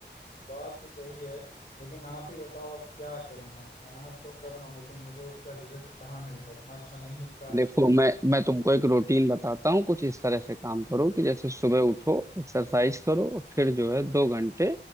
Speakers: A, on the left; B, on the right.
A: बात तो सही है लेकिन आप ही बताओ अब क्या करूँ मैं मेहनत तो कर रहा हूँ लेकिन मुझे उसका रिजल्ट कहाँ मिलता उतना अच्छा नहीं मिलता
B: देखो
A: है
B: मैं मैं तुमको एक रूटीन बताता हूँ कुछ इस तरह से काम करो कि जैसे सुबह उठो एक्सरसाइज करो और फिर जो है दो घंटे